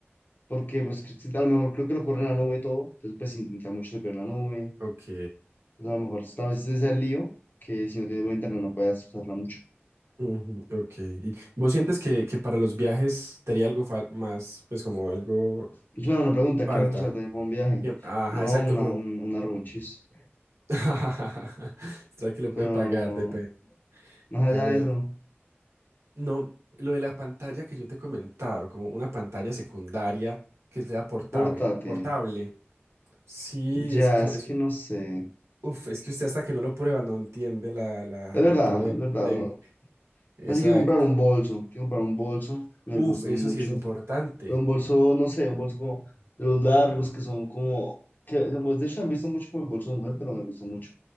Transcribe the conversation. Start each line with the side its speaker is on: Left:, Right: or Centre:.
Left: Porque, pues, que si- a lo mejor creo que lo corre en la nube todo, entonces, pues, intenta mucho ver la nube.
Right: Ok,
Left: Entonces, a lo mejor, tal vez ese es el lío, que si no tienes buen internet no puedas usarla mucho.
Right: Ujú, ok. ¿Y vos sientes que, que para los viajes te haría algo fal- más, pues como algo
Left: Es una buena pregunta,
Right: falta?
Left: ¿qué me gusta tener para un viaje?
Right: Que- Ajá,
Left: No,
Right: exacto,
Left: una,
Right: como...
Left: un, una runchis.
Right: <laughs> ¿Será que le puede
Left: Pero
Right: pagar? Depende.
Left: más allá
Right: A ver,
Left: de eso,
Right: no, lo de la pantalla que yo te he comentado, como una pantalla secundaria que sea portable.
Left: pórtate.
Right: Portable. Sí,
Left: Ya,
Right: es que eso,
Left: es
Right: eso
Left: que no sé.
Right: Uf, es que usted hasta que no lo prueba no entiende la, la-
Left: Es verdad,
Right: el poder,
Left: es verdad.
Right: creo.
Left: no-
Right: Exacto.
Left: Así quiero comprar un bolso. Quiero comprar un bolso. Me
Right: Uf,
Left: gustan
Right: eso
Left: mucho.
Right: sí es importante.
Left: Pero un bolso, no sé, un bolso como de los largos que son como. Que, digamos, de hecho, han visto mucho como el bolso de mujer, pero me gustan mucho.